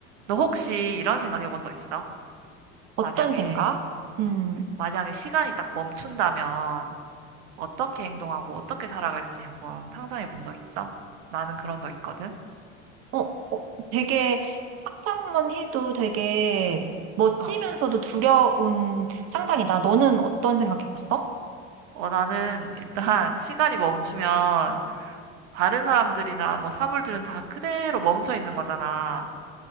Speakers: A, on the right; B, on the right.
A: 너 혹시 이런 생각 해본 적 있어?
B: 어떤
A: 만약에,
B: 생각? 음,
A: 만약에 시간이 딱 멈춘다면 어떻게 행동하고 어떻게 살아갈지 한번 상상해 본 적 있어? 나는 그런 적 있거든?
B: 어, 어, 되게 상상만 해도 되게 멋지면서도
A: 어.
B: 두려운 상상이다. 너는 어떤 생각 해봤어?
A: 어, 나는 일단 <laughs> 시간이 멈추면 다른 사람들이나 뭐 사물들은 다 그대로 멈춰 있는 거잖아.